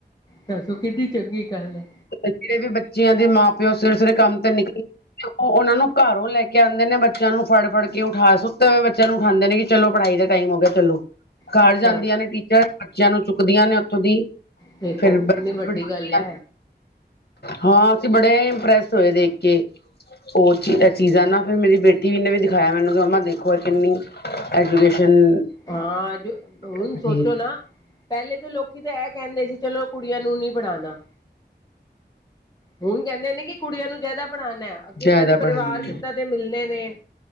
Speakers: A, on the left; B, on the left.
A: ਦੱਸੋ ਕਿੰਨੀ ਚੰਗੀ ਗੱਲ ਹੈ
B: ਜਿਹੜੇ ਵੀ ਬੱਚਿਆਂ ਦੇ ਮਾਂ ਪਿਓ ਸਵੇਰੇ ਸਵੇਰੇ ਕੰਮ ਤੇ ਨਿਕਲੇ ਤੇ ਉਹਨਾਂ ਨੂੰ ਘਰੋਂ ਲੈ ਕੇ ਆਂਦੇ ਨੇ ਬੱਚਿਆਂ ਨੂੰ ਫੜ ਫੜ ਕੇ ਉਠਾ ਸੁੱਤੇ ਹੋਏ ਬੱਚਿਆਂ ਨੂੰ ਉਠਾਂਦੇ ਨੇ ਕਿ ਚਲੋ ਪੜ੍ਹਾਈ ਦਾ ਟਾਈਮ ਹੋ ਗਿਆ ਚਲੋ ਘਰ
A: ਅੱਛਾ
B: ਜਾਂਦੀਆਂ ਨੇ ਟੀਚਰ ਬੱਚਿਆਂ ਨੂੰ ਚੁੱਕਦੀਆਂ ਨੇ ਉੱਥੋਂ ਦੀ
A: ਦੇਖੋ
B: ਫਿਰ ਬੱਸ
A: ਕਿੰਨੀ ਵੱਡੀ
B: ਬਿਠਾਉਂਦੀਆਂ
A: ਗੱਲ ਏ
B: ਨੇ ਹਾਂ ਅਸੀਂ ਬੜੇ ਇੰਪ੍ਰੈਸ ਹੋਏ ਦੇਖ ਕੇ ਉਹ ਚੀ ਚੀਜ਼ਾਂ ਨਾ ਫਿਰ ਮੇਰੀ ਬੇਟੀ ਵੀ ਨੇ ਵੀ ਦਿਖਾਇਆ ਮੈਨੂੰ ਕਿ ਮੰਮਾ ਦੇਖੋ ਇਹ ਕਿੰਨੀ ਐਜੂਕੇਸ਼ਨ
A: ਹਾਂ ਅੱਜ ਹੁਣ
B: ਹੈਗੀ
A: ਸੋਚੋ ਨਾ ਪਹਿਲੇ ਤਾਂ ਲੋਕੀ ਤੇ ਇਹ ਕਹਿੰਦੇ ਸੀ ਚਲੋ ਕੁੜੀਆਂ ਨੂੰ ਨੀ ਪੜ੍ਹਾਣਾ ਹੁਣ ਕਹਿੰਦੇ ਨੇ ਕਿ ਕੁੜੀਆਂ ਨੂੰ ਜ਼ਿਆਦਾ ਪੜ੍ਹਾਣਾ ਆ ਅੱਗੇ
B: ਜ਼ਿਆਦਾ
A: ਪਤਾ ਨੀ
B: ਪੜ੍ਹਾਣਾ
A: ਪਰਿਵਾਰ
B: ਹੈ
A: ਕਿੱਦਾਂ ਦੇ ਮਿਲਣੇ ਨੇ